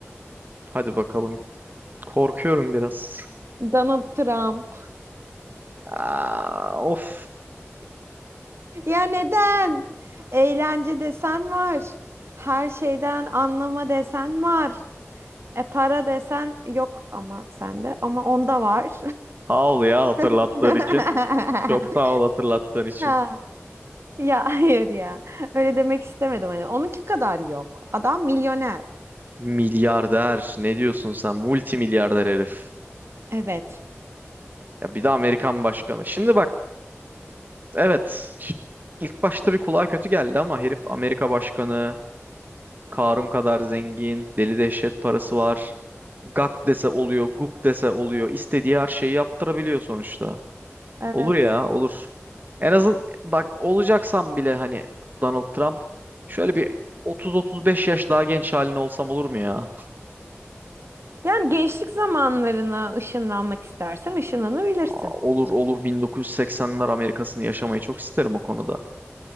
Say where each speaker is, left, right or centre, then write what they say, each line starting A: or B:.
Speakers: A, on the right; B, on the right.
A: Hadi bakalım. Korkuyorum biraz.
B: Donald Trump.
A: Aa, of.
B: Ya neden? Eğlence desen var. Her şeyden anlama desen var. E para desen yok ama sende ama onda var.
A: Sağ ol ya hatırlattığın
B: <laughs>
A: için. Çok sağ ol hatırlattığın için.
B: Ha, ya hayır ya. Öyle demek istemedim hani. Onunki kadar yok. Adam milyoner.
A: Milyarder ne diyorsun sen? Multimilyarder herif.
B: Evet.
A: Ya bir de Amerikan başkanı. Şimdi bak evet ş- ilk başta bir kulağa kötü geldi ama herif Amerika başkanı. Karun kadar zengin. Deli dehşet parası var. Gak dese oluyor, guk dese oluyor. İstediği her şeyi yaptırabiliyor sonuçta.
B: Evet.
A: Olur ya olur. En azın bak olacaksam bile hani Donald Trump şöyle bir 30-35 yaş daha genç halin olsam olur mu ya?
B: Yani gençlik zamanlarına ışınlanmak istersen ışınlanabilirsin.
A: Aa, Olur olur 1980'ler Amerika'sını yaşamayı çok isterim o konuda.